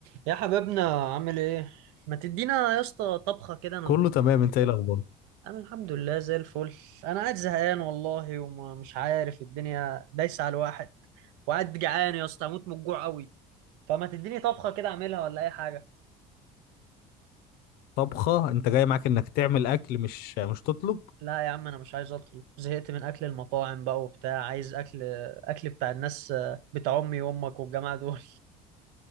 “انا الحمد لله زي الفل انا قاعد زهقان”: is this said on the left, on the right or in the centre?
Right